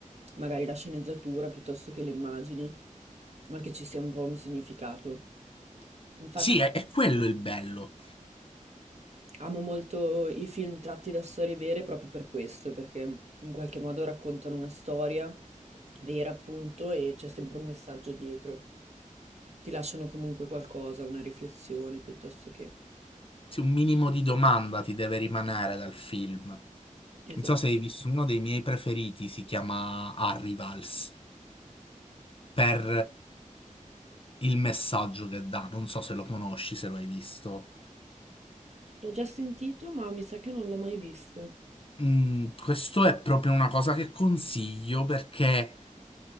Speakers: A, on the right (about 55°); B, on the left (about 40°).
A: magari la sceneggiatura piuttosto che le immagini, ma che ci sia un po' un significato. Infatti,
B: Sì, è, è quello il bello.
A: Amo molto i film tratti da storie vere proprio per questo, perché in qualche modo raccontano una storia vera, appunto, e c'è sempre un messaggio dietro. Ti lasciano comunque qualcosa, una riflessione piuttosto che...
B: Sì, un minimo di domanda ti deve rimanere dal film.
A: Esatto.
B: Non so se hai visto uno dei miei preferiti, si chiama Arrivals, per il messaggio che dà. Non so se lo conosci, se lo hai visto.
A: L'ho già sentito, ma mi sa che non l'ho mai visto.
B: Mm, questo è proprio una cosa che consiglio perché